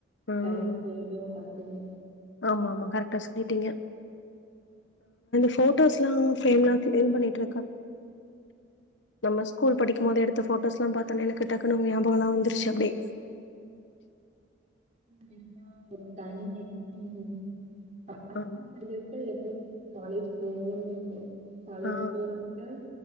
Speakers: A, on the left; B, on the right.
A: ம்
B: டைம் போயிடு டக்குன்னு
A: ஆமா ஆமா கரெக்டா சொல்லிட்டீங்க ஃபோட்டோஸ்லா ஃபேரம்லா கீளீன் பண்ணிட்டு இருக்கே ஸ்கூல் படிக்கும் போது எடுத்த போட்டோஸ்ல்லா பாத்தோனே எனக்கு டக்குன்னு உங்க ஞாபகல்லா வந்துருச்சு அப்டி
B: ஸ்கூல் டேஸ்லா ஒரு தனி எக்ஸ்பிரியன்ஸ் பசங்க
A: ஆ
B: படிக்கறப் எப்போ காலேஜ் போவோன்னு இருந்த காலேஜ்
A: ஆ
B: போற இப்ப